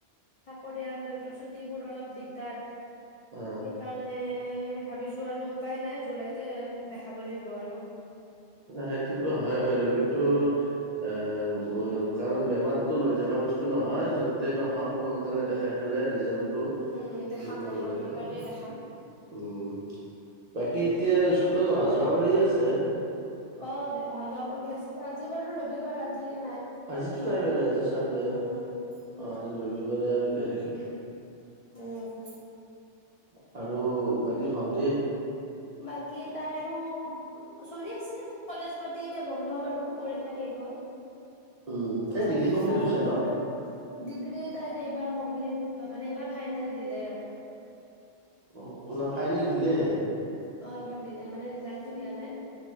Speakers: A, on the left; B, on the right.
A: চাকৰীটো <unintelligible> দিউতি চিউত তি বোৰ অলপ দিগদাৰ। সেইকাৰণে
B: অ
A: এই ভাবিছো আৰু উপায় নাই, জুলাইতে দেখাব লাগিব আৰু।
B: সেইটোতো হয় বাৰু, কিন্তু এ কাৰণ বেমাৰটো লৈ থকা বস্তু নহয়, য'তেই নহওক সোনকালে দেখাই পেলাই ৰিজাল্টটো হেই
A: উম দেখাম
B: কৰিব
A: দেখাম
B: লাগে
A: এইবাৰেই
B: আৰু।
A: দেখাম
B: উম, বাকী এতিয়া ইচ কুলত অহা যোৱা কৰি আছে?
A: অ', অহা যোৱা কৰি আছোঁ, আজি বাৰু ৰবিবাৰ, আজি নাই
B: আজিতো নাই বাৰু আজি চানডে।
A: উম,
B: অ'
A: উম, উম,
B: আজি ৰবিবাৰে আৰু কিয় থাকিব।
A: উম,
B: <unintelligible> আৰু বাকী ভণ্টি?
A: বাকী তাইৰো চলি আছে। কলেজ পাতি এতিয়া বন্ধ বাৰু পৰীক্ষা শেষ হ'ল।
B: উম
A: তথাপি
B: তাই ডিগ্ৰী কমপ্লিট
A: কিবা
B: হৈছে
A: সৰু-সুৰা,
B: ন
A: ডিগ্ৰী তাইৰ এইবাৰ কমপ্লিট মানে, এইবাৰ ফাইনেল দিলে আৰু।
B: অ', <unintelligible> ফাইনেল দিলে?
A: অ', এইবাৰ দিলে। মানে ৰিজাল্টতো দিয়া নাই।